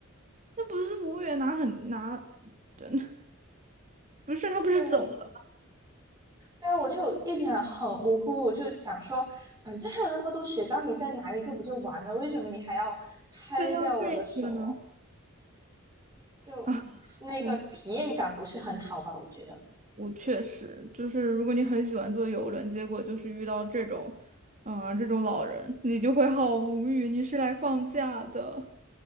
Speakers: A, on the right (about 35°); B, on the right (about 15°).
A: 那不是服务员拿很拿，真的不是他不是走了，
B: 对，对，我就一脸很无辜，我就讲说，反正还有那么多雪糕，你再拿一个不就完了？为什么你还要拍掉我的手哦
A: 非要这个呢？
B: 就是那个体验感不是很好吧？
A: 啊，对，
B: 我觉得。
A: 我确实就是，如果你很喜欢坐游轮，结果就是遇到这种，啊、这种老人，你就会好无语。你是来放假的。